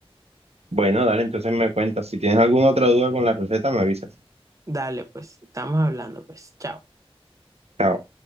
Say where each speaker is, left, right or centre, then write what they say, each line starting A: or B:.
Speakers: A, on the right; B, on the right.
A: Bueno, dale, entonces me cuentas. Si tienes alguna otra duda con la receta, me avisas.
B: Dale, pues, estamos hablando, pues, chao.
A: Chao.